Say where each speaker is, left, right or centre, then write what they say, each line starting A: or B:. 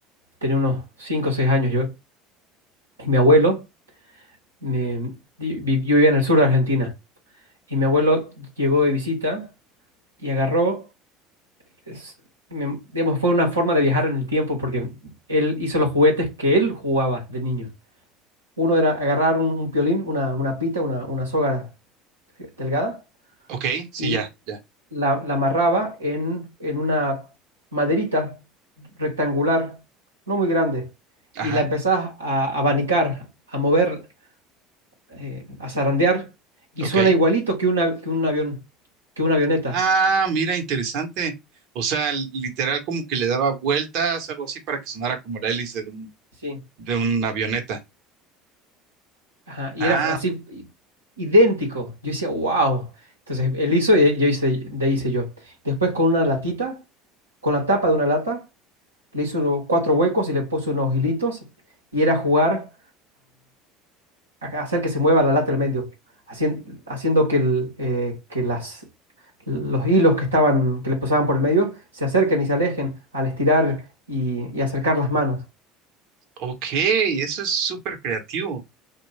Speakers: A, on the right; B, on the right.
A: tenía unos 5 o 6 años yo, y mi abuelo... me- di- vi- yo vivía en el sur de Argentina y mi abuelo llegó de visita y agarró, es- me- digamos, fue una forma de viajar en el tiempo porque él hizo los juguetes que él jugaba de niño. Uno era agarrar un, un piolín, una, una pita, una, una soga delgada
B: Ok, sí,
A: y
B: ya, ya.
A: la, la amarraba en, en una maderita rectangular, no muy grande,
B: Ajá,
A: y la empezás a abanicar, a mover eh, a zarandear y
B: ok.
A: suena igualito que, una, que un avión, que una avioneta.
B: Ah, mira, interesante. O sea, literal como que le daba vueltas, algo así, para que sonara como la hélice de un,
A: Sí.
B: de una avioneta.
A: Ajá, y
B: Ah,
A: era así, i- idéntico. Yo decía, wow. Entonces él hizo y yo hice, de ahí hice yo. Después con una latita, con la tapa de una lata, le hizo uno- cuatro huecos y le puso unos hilitos y era jugar. a- hacer que se mueva la lata al medio, hacien- haciendo que, el, eh, que las, los hilos que estaban, que le pasaban por el medio se acerquen y se alejen al estirar y, y acercar las manos.
B: ok, eso es súper creativo.